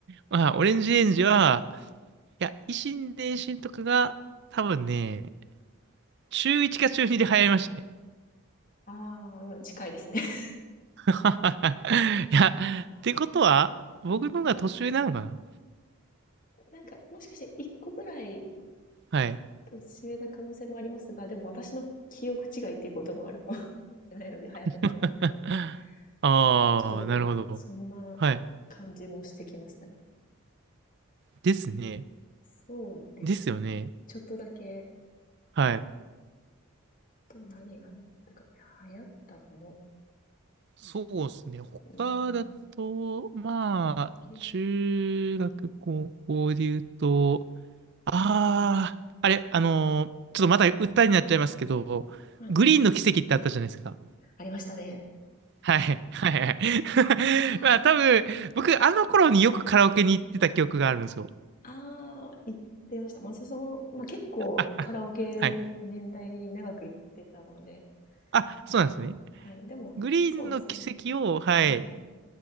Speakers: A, on the right; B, on the left.
A: まあ、オレンジレンジは、いや、維新伝心とかが、多分ね、中1か中2で流行りましたね。
B: ああ、うん、近いですね。<laughs>
A: <laughs> いや、
B: なるほ
A: ってことは、僕の方が年上なのかな
B: ど。なんか、もしかして1個ぐらい
A: はい。
B: 年上な可能性もありますが、でも私の記憶違いっていうこともあるかもしれないので、流行ったタイミングの。
A: <laughs> ああ、
B: そうねちょっとでも、
A: なるほど。
B: そんな感じもしてきましたね。
A: はい。ですね。
B: そうですね。
A: ですよね。
B: ちょっとだけ、
A: はい。
B: と何がありましたかね。流行ったもの。
A: そうですね。他だと、
B: うーん、
A: まあ、
B: け
A: 中学、高校で言うと、ああ、あれ、あのーちょっとまた歌になっちゃいますけど、
B: はい。
A: グリーンの奇跡ってあったじゃないですか。
B: ありましたね。
A: はい、はい、はい。
B: あれ、
A: <laughs> まあ、多分、僕、あの頃によくカラオケに行ってた記憶があるんですよ。
B: ああ、行ってました。まあ、そその、まあ、結構カラオケ年代長く行ってたので、
A: あ、はい。あ、そうなんですね。
B: でも、はい。でも、
A: グリーンの奇跡を、
B: そうですね。
A: はい。
B: うん。